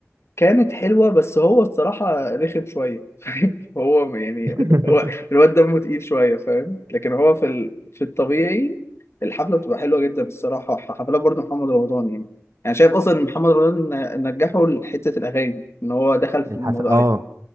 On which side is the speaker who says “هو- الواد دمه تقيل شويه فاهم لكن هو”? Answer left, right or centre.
Left